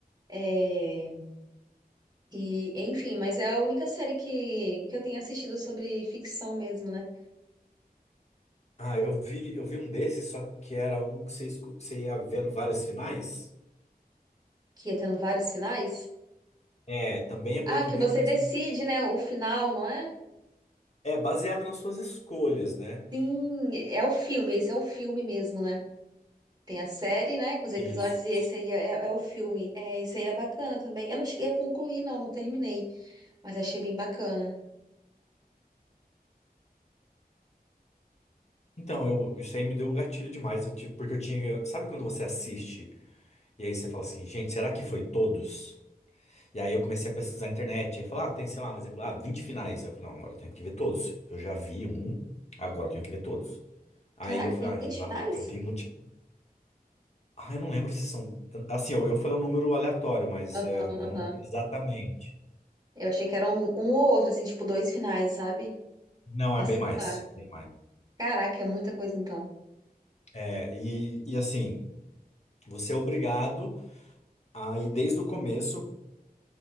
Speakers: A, on the right; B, on the left.
A: É, E, enfim, mas é a única série que, que eu tenho assistido sobre ficção mesmo, né?
B: Ah, eu vi, eu vi um desses, só que era um que você, esco- você ia vendo várias finais.
A: Que ia tendo vários finais.
B: É, também é Black
A: Ah, que
B: Mirror,
A: você
B: mas
A: decide, né, o final, não é?
B: é baseado nas suas escolhas, né?
A: Sim, é o filme, esse é o filme mesmo, né? Tem a série, né, com os episódios,
B: Isso.
A: e esse aí é, é é o filme. É, isso aí é bacana também. Eu não cheguei a concluir, não, não terminei, mas achei bem bacana.
B: Então, eu, isso aí me deu o gatilho demais, eu tive- porque eu tinha. Sabe quando você assiste e aí você fala assim, gente, será que foi todos? E aí eu comecei a pesquisar na internet. Aí falar, ah, tem, sei lá, um exemplo, ah, 20 finais. Eu falei, não, agora eu tenho que ver todos. Eu já vi um, agora eu tenho que ver todos. Aí
A: Caraca,
B: eu falei,
A: tem
B: ah,
A: 20
B: gente, não dá
A: finais?
B: não, porque eu não tenho motivo. Ah, eu não lembro se são. Assim, eu, eu falei um número aleatório, mas
A: Aham,
B: é,
A: aham.
B: exatamente.
A: Eu achei que era um, um ou outro, assim, tipo, dois finais, sabe?
B: Não, é
A: Ah,
B: bem
A: sei
B: mais.
A: lá.
B: É bem mais.
A: Caraca, é muita coisa então.
B: É, e, e assim, você é obrigado a ir desde o começo,